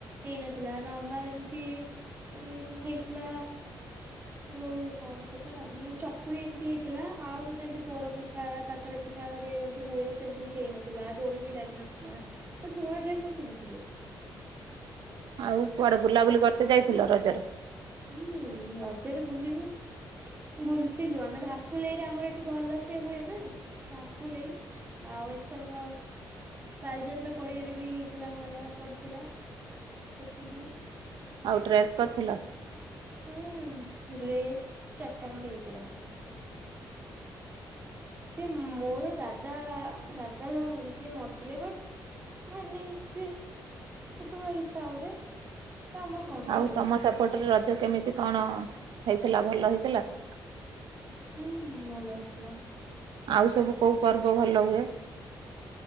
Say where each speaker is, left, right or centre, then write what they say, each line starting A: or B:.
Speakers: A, on the right (about 30°); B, on the right (about 85°).
A: ହେଇନଥିଲା। ନର୍ମାଲ ଏମତି ଉ ହେଇଥିଲା ଯୋଉ କଣ ସେଟା ଚକୁଳି ଏମତି ହେଇଥିଲା ଆଉ କିଛି ଏମିତି ପୋଡ ପିଠା କାକରା ପିଠାଆ ଯେମିତି ହୁଏ ସେମିତି କିଛି ହେଇନଥିଲା ଦୋଳି ବି ଲାଗିନଥିଲା ବଟ ନୂଆ ଡ୍ରେସ ସବୁ ପିନ୍ଧିଥିଲେ।
B: ଆଉ କୁଆଡେ ବୁଲାବୁଲି <inaudible> ଯାଇଥିଲ ରଜରେ।
A: ହୁଁ ରଜରେ ବୁଲିବୁ ବୁଲିଥିଲୁ ଆମେ ଧାକୁଲେଇରେ ଆମର ଏଠି ଭଲ ସେ ହୁଏ ନା ଧାକୁଲେଇ ଆଉ ଏଥରକ ବାଲିଯାତ୍ରା ପଡିଆାରେ ବି ହେଇଥିଲା ଭଲ ପଡିଥିଲା ସେଠିକି।
B: ଆଉ ଡ୍ରେସ୍ କରିଥିଲ।
A: ହୁଁ ଡ୍ରେସ୍ ଚାରିଟା ଖଣ୍ଡେ ହେଇଥିଲା ମୋର। ସି ମୋର ଦାଦା। ଦା ଦାଦା ଜଣେ ହେବେ ସେ ମରିଥିଲେ ବଟ ମାନେ ସେ କୁଟୁମ୍ବ ହିସାବରେ। ତ ଆମର କରିଥିଲୁ
B: ଆଉ ତମ ସେପଟରେ ରଜ କେମିତି କଣ। ହେଇଥିଲା ଭଲ ହେଇଥିଲା ତ
A: ହୁଁ ଭଲ ହେଇଥିଲା।
B: ଆଉ ସବୁ କୋଉ ପର୍ବ ଭଲ ହୁଏ।